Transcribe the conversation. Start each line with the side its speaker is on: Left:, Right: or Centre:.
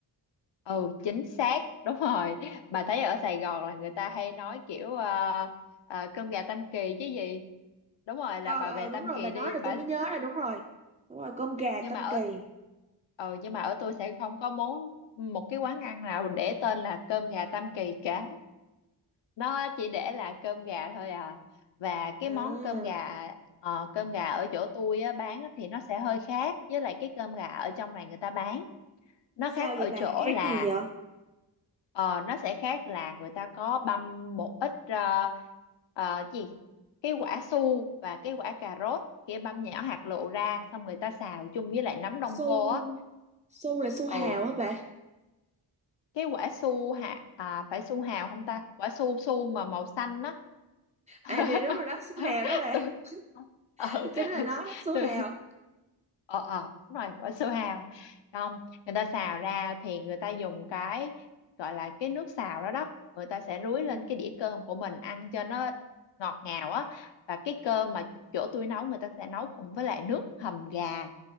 Left: ừ chính xác <laughs> đúng rồi. Bà thấy ở Sài Gòn là người ta hay nói kiểu ờ, ờ, cơm gà Tam Kỳ chứ gì? Đúng rồi là
Right: ờ
Left: bà
Right: ờ
Left: về Tam
Right: đúng rồi
Left: Kỳ
Right: bà
Left: đi,
Right: nói là
Left: bà
Right: tôi mới nhớ là đúng rồi đúng rồi cơm gà
Left: nhưng
Right: Tam
Left: mà ở
Right: Kỳ
Left: ừ, nhưng mà ở tôi sẽ không có món một cái quán ăn nào để tên là cơm gà Tam Kỳ cả nó chỉ để là cơm gà thôi à và cái
Right: à
Left: món cơm gà ờ, cơm gà ở chỗ tôi á, bán á thì nó sẽ hơi khác với lại cái cơm gà ở trong này người ta bán nó khác
Right: sao
Left: ở
Right: vậy bà
Left: chỗ
Right: khác
Left: là
Right: gì vậy
Left: ờ, nó sẽ khác là người ta có băm một ít ờ, ờ, gì cái quả su và cái quả cà rốt kia băm nhỏ hạt lựu ra xong người ta xào chung với lại nấm đông
Right: su
Left: cô á
Right: su là su hào
Left: ừ
Right: hả bà
Left: cái quả su hạt à phải su hào không ta quả su su mà màu xanh á <laughs>
Right: à dạ đúng rồi đó su hào đó bà
Left: tôi ờ
Right: <laughs> chính là nó
Left: <laughs>
Right: đó su
Left: tôi
Right: hào
Left: ờ ờ đúng rồi quả su hào không người ta xào ra thì người ta dùng cái gọi là cái nước xào đó đó người ta sẽ rưới
Right: ừ
Left: lên cái đĩa cơm của mình ăn cho nó ngọt ngào á và cái cơm mà chỗ tôi nấu người ta sẽ nấu cùng với lại nước hầm gà